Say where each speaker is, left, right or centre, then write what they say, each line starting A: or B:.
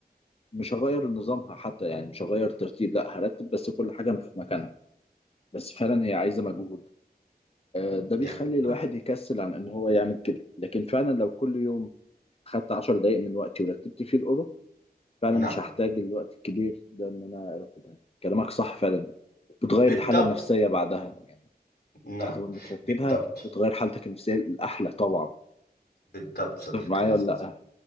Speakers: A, on the left (about 35°); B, on the left (about 75°).
A: ومش هغير نظامها حتى يعني مش هغير ترتيب لا هرتب بس كل حاجه في مكانها بس فعلا هي عايزه مجهود آه، ده بيخلي
B: يا نعم
A: الواحد يكسل عن ان هو يعمل كده لكن فعلا لو كل يوم خدت 10 دقائق من وقتي ورتبت فيه الاوضه فعلا
B: نعم
A: مش هحتاج الوقت الكبير ده ان انا ارتبها كلامك صح فعلا بتغير
B: بالضبط
A: الحاله النفسيه بعدها يعني
B: نعم
A: بعد ما بترتبها
B: بالضبط
A: بتغير حالتك النفسيه الاحلى طبعا
B: بالضبط صديقي
A: تتفق معايا
B: العزيز
A: ولا لا